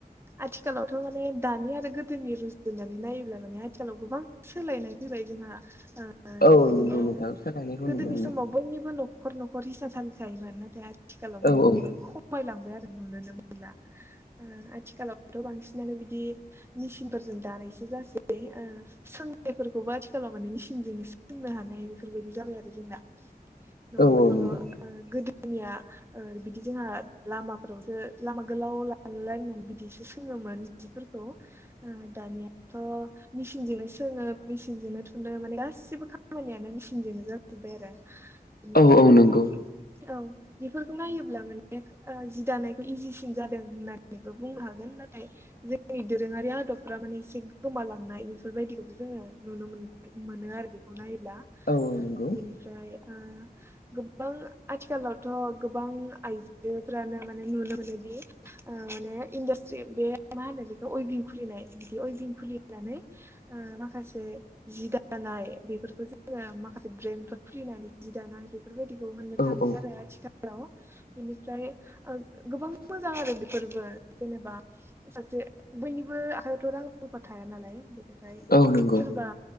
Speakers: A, on the right; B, on the left.
A: आथिखालावथ' माने दानि आरो गोदोनि रुजुनानै नायोब्ला माने आथिखालाव गोबां सोलायनाय फैबाय जोंहा ओ
B: औ
A: बिदिनो
B: नंगौ नोंथां सोलायनायखौ
A: गोदोनि
B: नुनो मोनो
A: समाव बयनिबो न'ख न'खर न'खर हिंसानसालि जायोमोन नाथाय आथिखालाव माने
B: औ
A: बियो
B: औ
A: खमायलां <unintelligible> आरो नुनोनो मोनला ओ आथिखालावथ' बांसिनानो बिदि मसिनफोरजों दानाय एसे <unintelligible> से ओ सोंनायफोरखौबो आथिखालाव माने मेसिनजों सोंनो हानाय बेफोरबायदि जाबाय आरो जोंना नङाबाथ'
B: औ औ
A: ओ
B: नंगौ
A: गोदोनिया ओ बिदि जोंहा लामाफोरावसो लामा गोलाव लालायनानै बिदिसो सोङोमोन फोरखौ ओ दानियाथ' मेसिनजोंनो सोङो मेसिनजोंनो थुनो माने गास गसिबो खामानियानो मेचिनजोंनो जाजोब्बाय आरो बेनिफ्राय
B: औ औ
A: औ
B: नंगौ
A: बेफोरखौ नायोब्ला माने ओ जि दानायखौ इजिसिन जादों होननानैबो बुंनो हागोन नाथाय जोंनि दोरोङारि आदबफ्रा माने एसे गोमालांनाय बेफोरबायदिखौबो जोङो नुनो मोन मोनो आरो आरो बेखौ नायोब्ला
B: औ नंगौ
A: बेनिफ्राय ओ गोबां आथिखालाव थ' गोबां आइजोफ्रानो माने नुनो मोनोदि माने इन्डास्ट्रि बे मा होनो बेखौ उइभिं खुलिनाय बिदि अइभिं खुलिनानै माखासे जि दान नाय बेफोरखौ जोङो माखासे ब्रेन्द फोर खुलिनानै जि दानाय बेफोरबायदिखौ मोननो
B: औ
A: थांसै
B: औ
A: आरो आथिखालाव बेनिफ्राय गोबां मोजां आरो बेफोरबो जेनेबा सासे बयनिबो आखायावथ' रां र रुफा थाया नालाय <unintelligible> फ्राय
B: औ नंगौ
A: सोरबा